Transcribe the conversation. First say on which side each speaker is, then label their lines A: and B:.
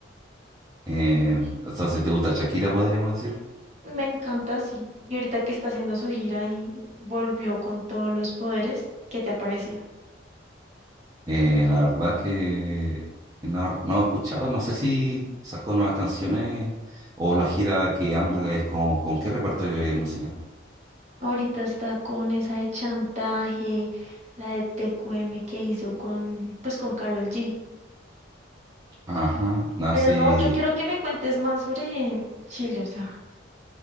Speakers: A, on the right (about 20°); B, on the right (about 40°).
A: Eh, entonces te gusta Shakira, podríamos decir.
B: Me encanta, sí. Y ahorita que está haciendo su gira y volvió con todos los poderes, ¿qué te ha parecido?
A: Eh, la verdad que no, no he escuchado, no sé si sacó nuevas canciones o la gira que anda es con, con qué repertorio de música.
B: Ahorita está con esa de chantaje, la de TQM que hizo con, pues con Karol G.
A: Ajá, no,
B: Pero
A: sí,
B: no, yo quiero que me cuentes más sobre Chile, o sea,